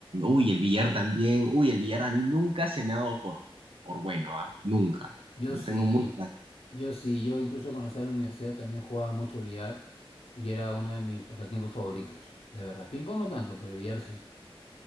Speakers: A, on the right; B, on the left.
A: Uy, el billar también. Uy, el billar a mí nunca se me ha dado por, por bueno, ¿ah? Nunca.
B: yo
A: No
B: sí.
A: tengo muy mal.
B: Yo sí, yo incluso cuando estaba en la universidad también jugaba mucho billar y era uno de mis pasatiempos favoritos, de verdad. Ping-pong no tanto, pero billar sí.